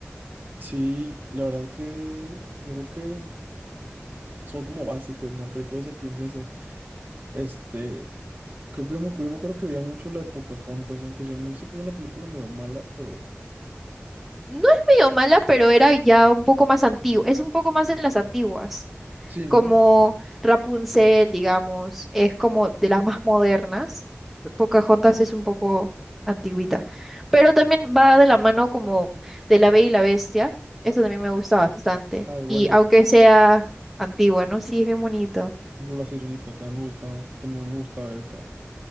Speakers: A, on the right; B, in the centre.
A: sí, la verdad que yo creo que son como básicos, ¿no? Películas de princesas. Este, creo que yo me, acu- yo me acuerdo que veía mucho la de Pocahontas, aunque sí me dice que es una película medio mala, pero
B: No es medio mala, pero era ya un poco más antigua, es un poco más de las antiguas.
A: Sí, ¿no?
B: como Rapunzel, digamos, es como de las más modernas. Pocahontas es un poco antiguita, pero también va de la mano como de La Bella y la Bestia. Esto también me gusta bastante.
A: Ah, es buenísimo.
B: Y aunque sea antigua, ¿no? Sí, es bien bonito.
A: Por ejemplo, La Sirenita también me gusta, también me gusta ver esa.